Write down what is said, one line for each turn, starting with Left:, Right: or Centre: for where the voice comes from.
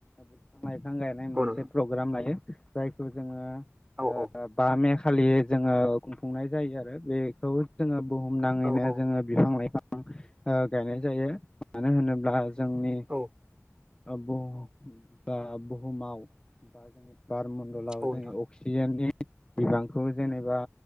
Left: बिफां लाइफां गायनाय मोनसे
Right: औ नोंथां
Left: प्रग्राम नालाय जायखौ जोङो
Right: औ औ
Left: बा मे खालि जोङो खुंफुंनाय जायो आरो बेखौ जोङो बुहुम नाङैनो
Right: औ औ
Left: जोङो बिफां लाइफां गायनाय जायो मानो होनोब्ला जोंनि
Right: औ
Left: अ बा बुहुमाव बा जोंनि बार मणडलाव
Right: औ
Left: जोंनि
Right: नोंथां
Left: अक्सिजेननि बिबांखौ जेनेबा